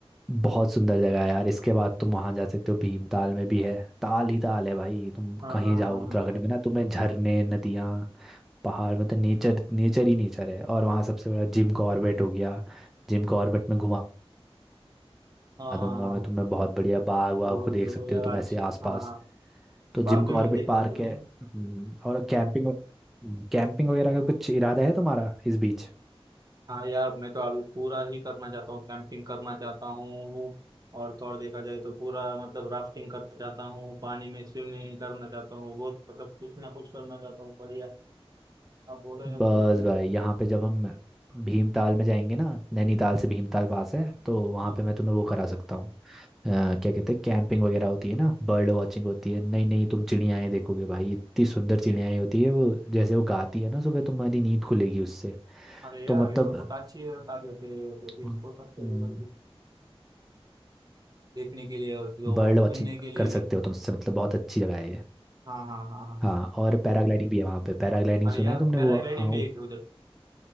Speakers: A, in the centre; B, on the right (about 40°).
A: बहुत सुंदर जगह है यार इसके बाद तुम वहां जा सकते हो भीमताल में भी है ताल ही ताल है भाई तुम
B: हाँ
A: कहीं
B: हाँ
A: जाओ
B: हाँ
A: उत्तराखंड
B: हाँ
A: में ना तुम्हें झरने नदियाँ पहाड़ मतलब नेचर नेचर ही नेचर है और वहाँ सबसे बड़ा जिम कॉर्बेट हो गया जिम कॉर्बेट में घुमा
B: हाँ
A: दूंगा
B: हाँ हाँ,
A: मैं तुम्हें बहुत बढ़िया बाग वाग
B: जरूर
A: को देख
B: जरूर
A: सकते
B: यार
A: हो तुम
B: आज
A: ऐसे आसपास
B: हाँ हाँ
A: तो जिम
B: बाघ भी
A: कॉर्बेट
B: मिलते
A: पार्क
B: कभी तुमने
A: है हम्म, और कैंपिंग कैंपिंग वगैरह का कुछ इरादा है तुम्हारा इस बीच
B: हाँ यार मैं तो अभी पूरा ही करना चाहता हूँ कैंपिंग करना चाहता हूँ और तो और देखा जाए तो पूरा मतलब राफ्टिंग करना चाहता हूँ पानी में स्विमिंग करना चाहता हूँ बहुत मतलब कुछ ना कुछ करना चाहता हूँ बढ़िया आप बोलो यार
A: बस
B: कुछ नहीं
A: भाई
B: तो
A: यहाँ पे जब हम भीमताल में जाएंगे ना नैनीताल से भीमताल पास है तो वहाँ
B: हाँ
A: पे मैं
B: हाँ
A: तुम्हें वो करा सकता हूँ अ, क्या कहते हैं कैंपिंग वगैरह होती है ना बर्ड वॉचिंग होती है नहीं नहीं तुम चिड़ियाएँ देखोगे भाई इतनी सुंदर चिड़ियाएँ होती है वो जैसे वो गाती है ना सुबह तुम्हारी नींद खुलेगी उससे
B: अरे यार
A: तो मतलब
B: ये तो बहुत अच्छी बता देते हैं तो फिर
A: हम्म,
B: बहुत अच्छे हैं उधर भी। देखने के लिए और जो
A: बर्ड
B: सुनने
A: वॉचिंग
B: के लिए
A: कर सकते
B: भी
A: हो तुम उससे मतलब बहुत अच्छी जगह है ये
B: हाँ हाँ हाँ हाँ
A: हाँ और पैराग्लाइडिंग भी है वहाँ पे पैराग्लाइडिंग
B: अरे
A: सुना
B: यार
A: है तुमने
B: पैराग्लाइडिंग
A: वो हाँ वो-
B: भी है क्या उधर